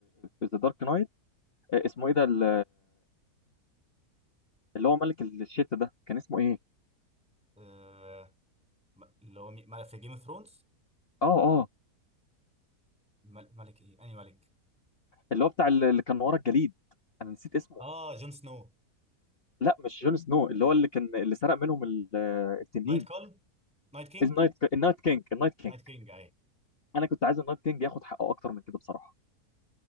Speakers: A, on the left; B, in the centre.
A: ذا دارك نايت اسمه ايه ده ال- اللي هو ملك الشتا ده كان اسمه ايه
B: آه م- اللي هو مين- ملك في جيم اوف ثرونز
A: اه اه
B: ملك ايه انهي ملك
A: اللي هو بتاع ال- اللي كان ورا الجليد انا نسيت اسمه
B: اه جون سنو
A: لا مش جون سنو اللي هو اللي كان اللي سرق منهم ال- آه، التنين
B: نايت كول نايت كينج
A: النايت النايت كينج النايت كينج
B: نايت كينج اي
A: انا كنت عايز النايت كينج ياخد حقه اكتر من كده بصراحه